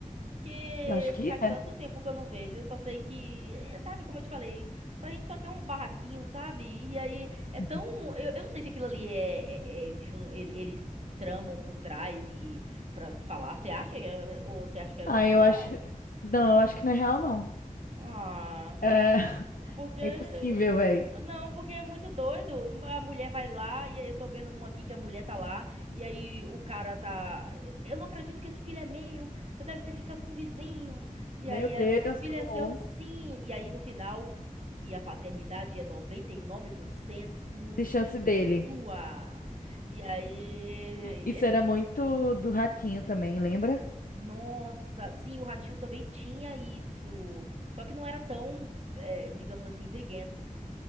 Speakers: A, on the right; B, on the left.
A: Que
B: Eu acho que
A: faz
B: é.
A: tanto tempo que eu não vejo. Eu só sei que, é, sabe, como eu te falei, só a gente só quer um barraquinho, sabe? E aí é
B: <laughs>
A: tão. Eu, eu não sei se aquilo ali é, é, é jun- ele- eles tramam por trás e pra falar. Você acha? é, Ou você acha que é
B: Ah,
A: natural?
B: eu acho. Não, eu acho que não é real, não.
A: Ah.
B: É, <laughs>
A: Porque.
B: é impossível, velho.
A: Não, porque é muito doido. A mulher vai lá, e aí eu tô vendo um aqui que a mulher tá lá, e aí o cara tá. Eu não acredito que esse filho é meu. Você deve ter ficado com o vizinho. E
B: Meu
A: aí
B: Deus,
A: ela, o filho
B: que horror
A: é seu, sim. E aí no final, e a paternidade é 99%
B: de chance dele.
A: sua. E aí.
B: Isso
A: é-
B: era muito do ratinho também, lembra?
A: Nossa, sim, o Ratinho também tinha isso. Só que não era tão, eh, digamos assim, briguento.